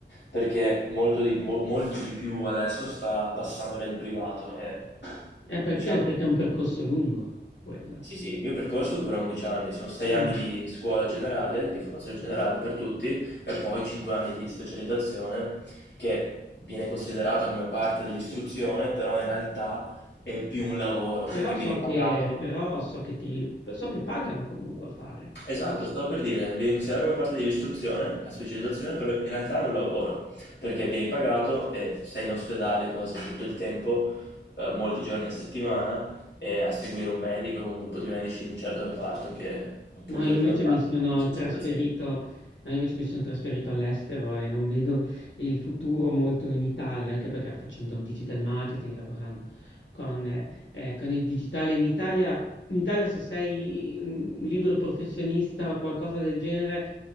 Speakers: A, on the left; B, on the left.
A: perché molto di, mo- molto di più adesso sta passando nel privato e mh,
B: Eh, perché?
A: diciamo...
B: Perché è un percorso lungo quello.
A: Sì, sì, il mio percorso dura 11 anni, sono 6 anni
B: Mm.
A: di scuola generale, di formazione generale per tutti e poi 5 anni di specializzazione che viene considerata come parte dell'istruzione, però in realtà è più un lavoro perché
B: Però so
A: viene
B: che,
A: pagato.
B: però so che ti, so che pagano comunque a fare.
A: Esatto, stavo per dire, viene considerata come parte dell'istruzione, la specializzazione, però in realtà è un lavoro, perché vieni pagato e sei in ospedale quasi tutto il tempo, eh, molti giorni a settimana, e a seguire un medico, un gruppo di medici in un certo reparto che appunto
B: No, io
A: è il
B: invece
A: tuo reparto
B: mi sono
A: di specializzazione.
B: trasferito, no, io invece mi sono trasferito all'estero e non vedo il futuro molto in Italia, anche perché facendo digital marketing, lavorando con, eh, eh, con il digitale in Italia, in Italia se sei un libero professionista o qualcosa del genere,